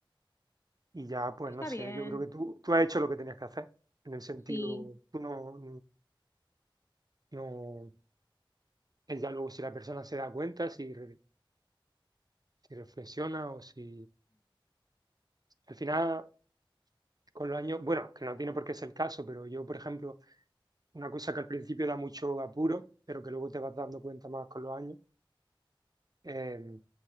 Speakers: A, on the right; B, on the left.
A: y ya, pues
B: Está
A: no sé,
B: bien,
A: yo creo que tú, tú has hecho lo que tenías que hacer, en el sentido,
B: sí.
A: tú no, no, es ya luego si la persona se da cuenta, si, re- si reflexiona o si, al final, con los años, bueno, que no tiene por qué ser el caso, pero yo, por ejemplo, una cosa que al principio da mucho apuro, pero que luego te vas dando cuenta más con los años eh,